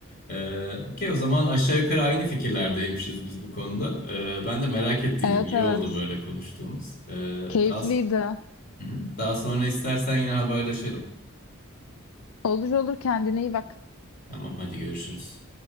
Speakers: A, on the left; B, on the left.
A: E, okey o zaman aşağı yukarı aynı fikirlerdeymişiz biz bu konuda. E, ben de merak ettiydim.
B: Evet
A: İyi
B: evet.
A: oldu böyle konuştuğumuz. E,
B: Keyifliydi.
A: daha Hı hı. Daha sonra istersen yine haberleşelim.
B: Olur olur kendine iyi bak.
A: Tamam, hadi görüşürüz.